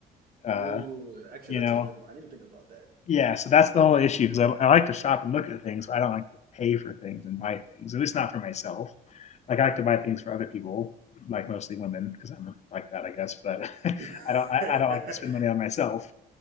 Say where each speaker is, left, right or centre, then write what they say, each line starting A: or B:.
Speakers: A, on the left; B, on the right.
A: Uh,
B: ooh, actually,
A: you
B: that's
A: know,
B: a good one. I didn't think about
A: yeah. So that's the whole issue because I, I like to shop and look at things. But I don't like to pay for things and buy things, at least not for myself. like I like to buy things for other people, like mostly women, because I'm like that, I guess. But <laughs>
B: that.
A: I don't, I, I don't like to spend
B: <laughs>
A: money on myself